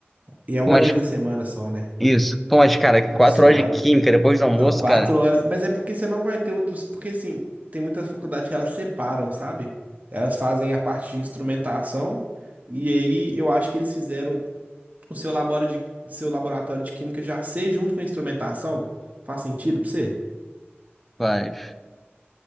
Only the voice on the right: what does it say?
E é uma
vez na semana só, né?
É suave.
Não,
quatro
horas. Mas é porque você não vai ter outros. Porque, assim, tem muitas faculdades que elas separam, sabe? Elas fazem a parte de instrumentação. E aí eu acho que eles fizeram o seu labora de, seu laboratório de química já ser junto com a instrumentação. Faz sentido pra você?